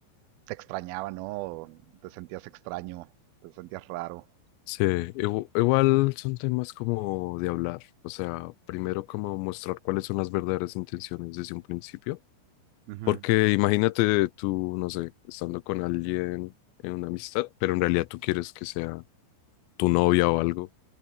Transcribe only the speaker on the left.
Sí, igu- igual son temas como de hablar, o sea, primero como mostrar cuáles son las verdaderas intenciones desde un principio,
porque imagínate tú, no sé, estando con alguien en una amistad, pero en realidad tú quieres que sea tu novia o algo,